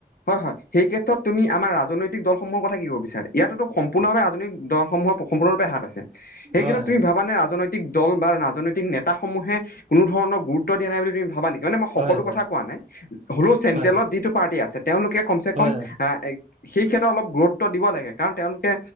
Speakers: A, on the left (about 65°); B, on the right (about 45°).
A: হয় হয়, সেই ক্ষেত্ৰত তুমি আমাৰ ৰাজনৈতিক দলসমূহৰ কথা কি কব বিচাৰা? ইয়াতেটো সম সম্পূৰ্ণ ভাবে ৰাজনৈতিক দলসমূহৰ সম্পূৰ্ণ ৰূপে হাত আছে, এইক্ষেত্ৰত
B: হয় হয়
A: তুমি ভাব মানে ৰাজনৈতিক দল বা ৰাজনৈতিক নেতাসমূহে কোনোধৰণৰ গুৰুত্ব দিয়া নাই বুলি তমি ভাবা নেকি? মানে মই সকলো
B: হয়
A: কথা কোৱা নাই, হ'লেও চেন্ট্ৰেলত
B: হয়
A: যিটো পাৰ্টি আছে তেওঁলোকে কমচে
B: হয়
A: কম,
B: হয়
A: আ, এ, সেই ক্ষেত্ৰত অলপ গুৰুত্ব দিব লাগে। কাৰণ, তেওঁলোকে